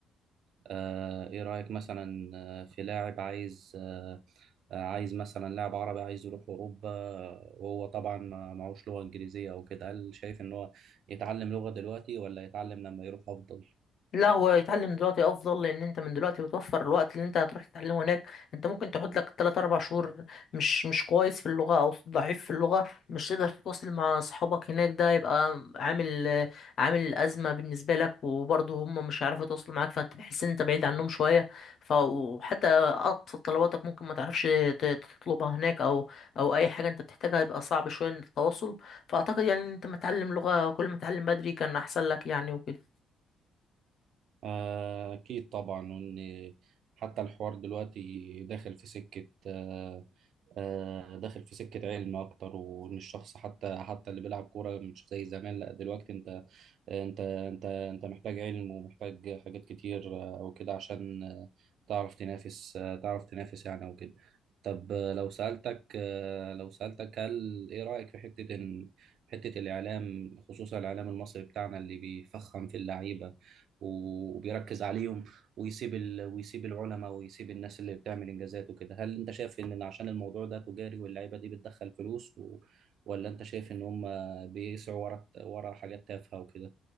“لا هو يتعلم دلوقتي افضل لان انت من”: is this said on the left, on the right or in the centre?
Left